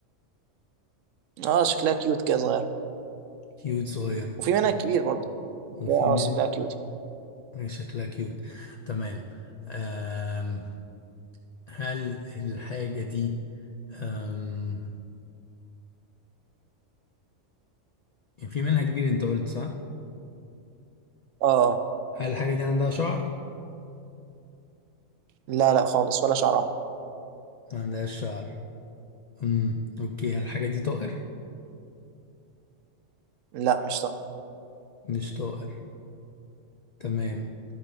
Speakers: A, on the right (about 80°); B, on the left (about 75°).
A: اه شكلها كيوت كده صغير
B: كيوت صغيرة
A: وفي منها كبير برضه
B: وفي
A: لا، اه
B: من
A: شكلها كيوت
B: شكلها كيوت تمام أم... هل الحاجة دي أم... يعني في منها كبير انت قلت صح
A: اه اه
B: هل الحاجة دي عندها شعر
A: لا لا خالص ولا شعرها
B: ما عندهاش شعر امم اوكي الحاجة دي طائر
A: لا مش طاقة
B: مش طائر تمام